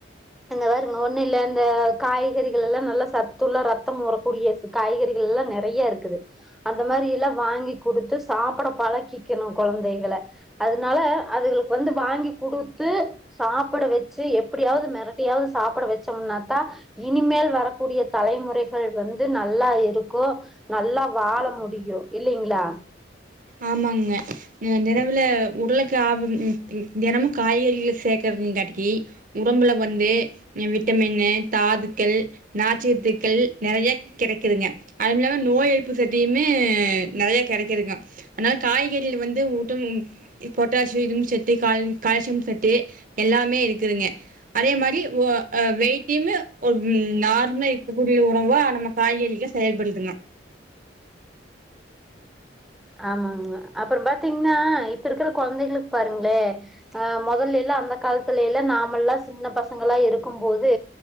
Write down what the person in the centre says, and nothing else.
இந்த பாருங்க ஒண்ணு இல்ல இந்த காய்கறிகளல்லா நல்லா சத்துள்ள ரத்தம் ஊறக்கூடிய ச காய்கறிகள்லா நெறைய இருக்குது அந்த மாரியெல்லா வாங்கி குடுத்து சாப்ட பழகிக்கெணு கொழந்தைகள அதுனால அதுகளுக்கு வந்து வாங்கி குடுத்து சாப்புட வச்சி எப்டியாவ்து மெரட்டியாவ்து சாப்ட வச்சோம்னா தா இனிமேல் வரக்கூடிய தலைமுறைகள் வந்து நல்லா இருக்கு நல்லா வாழ முடியு இல்லிங்களா
ஆமாங்க அப்புறோ பாத்தீங்ன்னா இப்ப இருக்கிற கொழந்தைகளுக் பாருங்ளே ஆ மொதல்லேலா அந்த காலத்துலைலா நாமல்லா சின்ன பசங்களா இருக்கும்போது